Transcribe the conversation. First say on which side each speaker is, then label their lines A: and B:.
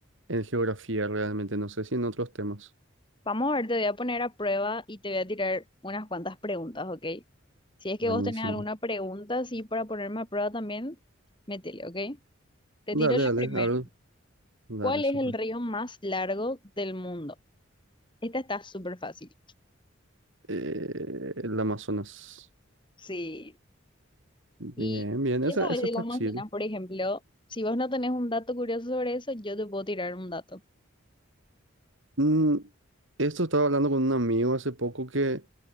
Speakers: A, on the right; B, on the left.
A: en geografía realmente, no sé si en otros temas.
B: Vamos a ver, te voy a poner a prueba y te voy a tirar unas cuantas preguntas, ¿ok? Si es que
A: Buenísimo.
B: vos tenés alguna pregunta así para ponerme a prueba también, métele, ¿ok? Te
A: Dale,
B: tiro la
A: dale,
B: primera.
A: dale, dale,
B: ¿Cuál
A: súper.
B: es el río más largo del mundo? Esta está súper fácil.
A: Eh, el Amazonas.
B: Sí,
A: Bien,
B: ¿Y
A: bien,
B: qué
A: esa,
B: sabes
A: esa
B: del
A: está
B: Amazonas,
A: chill.
B: por ejemplo? Si vos no tenés un dato curioso sobre eso, yo te puedo tirar un dato.
A: Mm, esto estaba hablando con un amigo hace poco que